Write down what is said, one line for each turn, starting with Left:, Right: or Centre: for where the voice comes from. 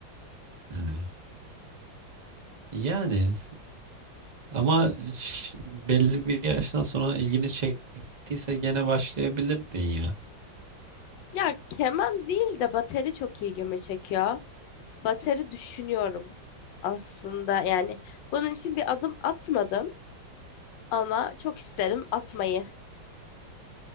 Right: Ee, yani ama ş- belli bir yaştan sonra ilgini çektiyse gene başlayabilirdin ya.
Left: Ya keman değil de bateri çok ilgimi çekiyor. Bateri düşünüyorum aslında. Yani bunun için bir adım atmadım ama çok isterim atmayı.